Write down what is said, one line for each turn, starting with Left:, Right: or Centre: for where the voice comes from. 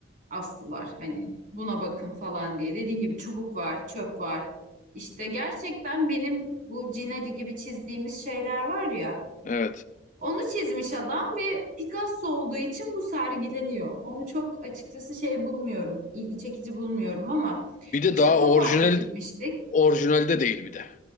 Right: astılar. Hani buna bakın falan diye. Dediğim gibi çubuk var, çöp var. İşte gerçekten benim bu Cinali gibi çizdiğimiz şeyler var ya.
Left: Evet.
Right: Onu çizmiş adam ve Picasso olduğu için bu sergileniyor. Onu çok açıkçası şey bulmuyorum, ilgi çekici bulmuyorum ama
Left: Bir de
Right: işte
Left: daha
Right: pop
Left: orijinal
Right: art'a gitmiştik.
Left: orijinalde değil bir de.